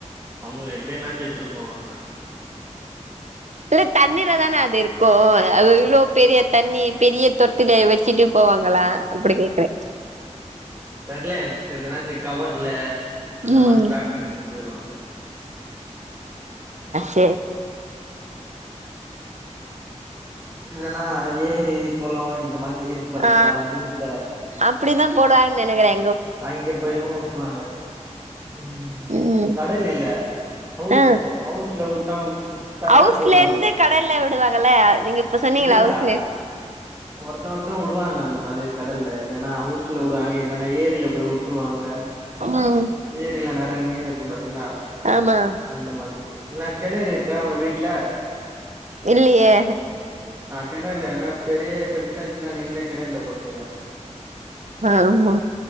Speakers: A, on the right (about 20°); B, on the right (about 70°).
A: அவுங்க எப்படியன்னாச்சு எடுத்துட்டுபோவாங்க
B: இல்ல தண்ணில தான அது இருக்கு அது இவ்ளோ பெரிய தண்ணி பெரிய தொட்டில வச்சுட்டு போவாங்களா அப்புடி கேக்குறே
A: தெர்ல எதுனாச்சி கவர்ல அந்த
B: ம்
A: மாரி பேக் பண்ணிட்டு போயிருவாங்க
B: ஏ
A: ன்னா ஏரி குளோ இந்த மாதிரி இருக்கு பாத்தீங்களா
B: ஆ
A: உங்க ஊர்ல
B: அப்டிதா போடுவான் நெனைக்ரே
A: அங்க போயு விட்ருவாங்க உ
B: ம்
A: கடல் இல்ல ஹவுஸ்
B: ஆ
A: ஹவுஸ்ல விட்டா விட்டாலே
B: ஹவுஸ்ல
A: போது அவங்க
B: இருந்து கடல்ல விடுவாங்கல்ல நீங்க இப்ப சொன்னீங்கள
A: இல்லல்ல
B: ஹவுஸ்ல
A: ஒருத்தே ஒருத்தே உடுவாங்க அந்த மாதிரி கடல்ல இல்லன்னா ஹவுஸ்ல விடுவாங்க இல்லன்னா ஏரில து விட்டுருவாங்க
B: ம்
A: ஏரில நெறையா மீன் இருக்கு பாத்தீங்களா
B: ஆமா
A: அந்த மாதிரி என்ன கெணரு இருக்கா உங்க வீட்டுல
B: இல்லயே
A: கெனர்ல வேனா பெரிய பெருசா னா நீங்களே கிணறுல போட்ருங்க
B: ஆமா